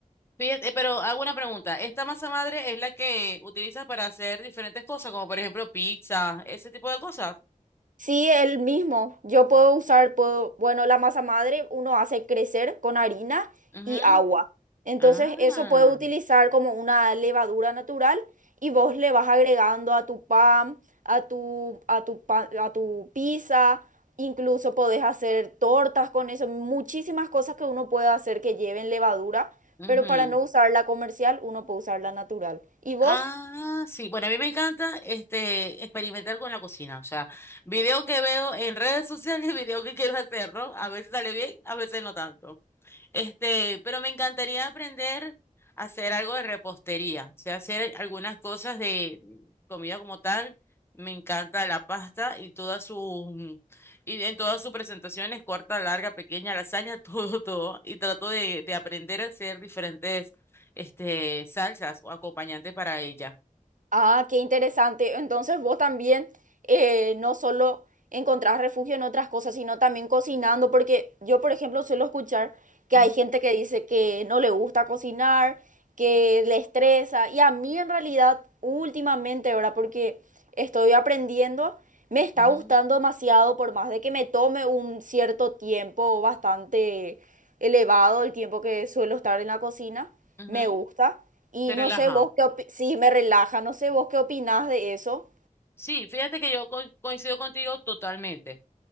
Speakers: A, on the left; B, on the right.
A: Fíjate, eh, pero hago una pregunta. ¿Esta masa madre es la que utilizas para hacer diferentes cosas, como por ejemplo pizza, ese tipo de cosas?
B: Sí, el mismo. Yo puedo usar, puedo, bueno, la masa madre uno hace crecer con harina
A: Ujú.
B: y agua. Entonces
A: Ah.
B: eso puedo utilizar como una levadura natural y vos le vas agregando a tu pan, a tu, a tu pan, a tu pizza. Incluso podés hacer tortas con eso. Muchísimas cosas que uno puede hacer que lleven levadura,
A: Ujú.
B: pero para no usar la comercial, uno puede usar la natural. ¿Y vos?
A: Ah, sí. Bueno, a mí me encanta este experimentar con la cocina. O sea, video que veo en redes sociales, <laughs> video que quiero hacer, ¿no? A veces sale bien, a veces no tanto. Este, pero me encantaría aprender a hacer algo de repostería, o sea, hacer algunas cosas de comida como tal. Me encanta la pasta y todas sus y en todas sus presentaciones, corta, larga, pequeña, lasaña, <laughs> todo, todo. Y trato de, de aprender a hacer diferentes este, salsas o acompañantes para ella.
B: Ah, qué interesante. Entonces vos también eh, no solo encontrás refugio en otras cosas, sino también cocinando, porque yo, por ejemplo, suelo escuchar que
A: Ujú,
B: hay gente que dice que no le gusta cocinar, que le estresa, y a mí en realidad últimamente, ahora porque estoy aprendiendo, me está
A: ujú,
B: gustando demasiado, por más de que me tome un cierto tiempo bastante elevado el tiempo que suelo estar en la cocina
A: ujú.
B: me gusta. Y
A: Te
B: no
A: relaja.
B: sé vos qué opi- sí, me relaja, no sé vos qué opinás de eso.
A: Sí, fíjate que yo co- coincido contigo totalmente.